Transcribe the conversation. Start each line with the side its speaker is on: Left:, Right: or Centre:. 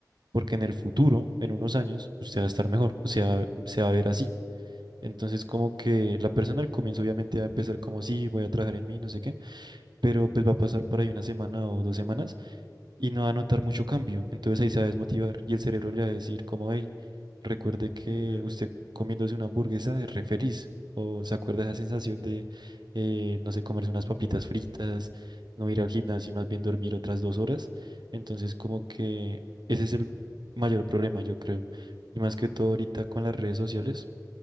Right: porque en el futuro, en unos años, usted va a estar mejor, o sea, se va a ver así. Entonces, como que la persona al comienzo obviamente va a empezar como sí, voy a trabajar en mí, no sé qué, pero pues va a pasar por ahí una semana o dos semanas y no va a notar mucho cambio. Entonces ahí se va a desmotivar y el cerebro le va a decir como, hey, recuerde que
Left: Sí, es real.
Right: usted comiéndose una hamburguesa es re feliz. O se acuerda esa sensación de, eh, no sé, comerse unas papitas fritas, no ir al gimnasio y más bien dormir otras dos horas. Entonces como que ese es el mayor problema, yo creo. Y más que todo ahorita con las redes sociales,